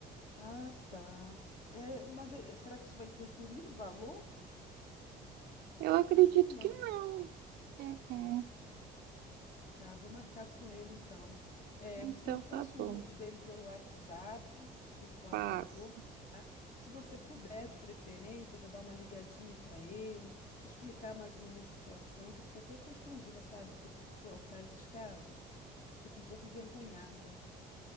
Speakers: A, on the left; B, on the right.
A: Ah, tá. É, mas é, será que isso vai interferir no valor?
B: Eu acredito
A: Acho que não,
B: que não.
A: né?
B: Uhum.
A: Tá, vou marcar com ele então. É,
B: Então
A: você me passa
B: tá bom.
A: o número dele pelo WhatsApp, por favor,
B: Passo.
A: tá? Se você puder, de preferência, já dar uma ligadinha para ele, explicar mais ou menos a situação, que eu fico até constrangida, sabe, de ter que contar esses casos. Fico um pouco envergonhada.